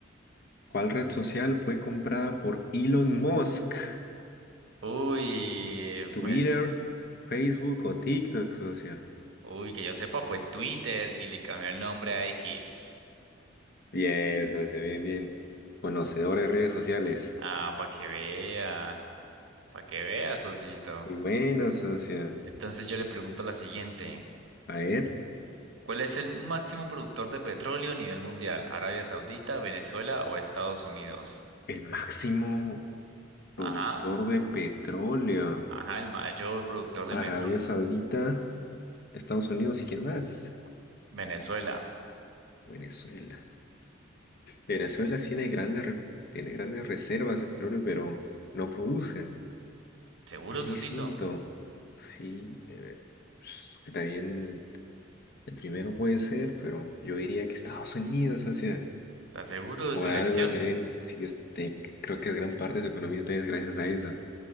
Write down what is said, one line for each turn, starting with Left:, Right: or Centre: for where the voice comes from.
Left: ¿Cuál red social fue comprada por Elon Musk?
Right: Uy,
Left: Twitter,
Right: pues.
Left: Facebook o TikTok, socio.
Right: Uy, que yo sepa, fue Twitter y le cambió el nombre a X.
Left: Bien, socio, bien, bien. Conocedor de redes sociales.
Right: Ah, para que vea. Para que vea, Sosito.
Left: Muy bueno, socio.
Right: Entonces yo le pregunto la siguiente.
Left: A ver,
Right: ¿Cuál es el máximo productor de petróleo a nivel mundial? ¿Arabia Saudita, Venezuela o Estados Unidos?
Left: el máximo
Right: Ajá.
Left: productor de petróleo.
Right: Ajá, el mayor productor de
Left: Arabia
Right: petróleo.
Left: Saudita, Estados Unidos y quién más.
Right: Venezuela.
Left: Venezuela. Venezuela tiene grandes, re- tiene grandes reservas de petróleo, pero no produce.
Right: ¿Seguro,
Left: Es
Right: Sosito?
Left: distinto. Sí, eh, es que también. El primero puede ser, pero yo diría que Estados Unidos, o sea,
Right: ¿Estás seguro de
Left: por
Right: su elección?
Left: algo, saben, sí, este, creo que es gran parte de su economía también es gracias a eso.